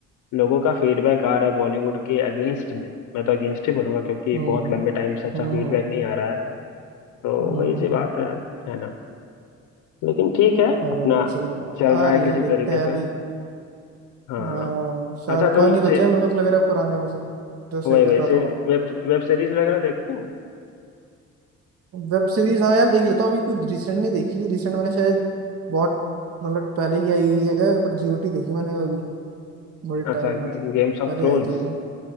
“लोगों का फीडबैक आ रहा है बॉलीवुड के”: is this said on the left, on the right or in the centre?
Left